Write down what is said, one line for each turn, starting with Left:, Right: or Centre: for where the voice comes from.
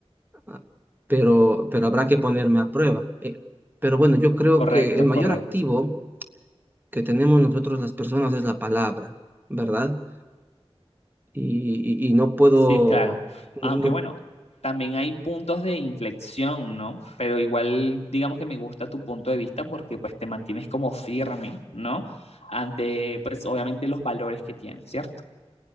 Right: Ah, Pero, pero habrá que ponerme a prueba. Eh, pero bueno, yo creo
Left: correcto,
Right: que el mayor
Left: correcto.
Right: activo que tenemos nosotros las personas es la palabra, ¿verdad? Y, y- y no puedo,
Left: Sí, claro.
Right: no,
Left: Aunque
Right: no-
Left: bueno, también hay puntos de inflexión, ¿no? Pero igual, digamos que me gusta tu punto de vista porque pues te mantienes como firme, ¿no? Ante, pues obviamente los valores que tienes, ¿cierto?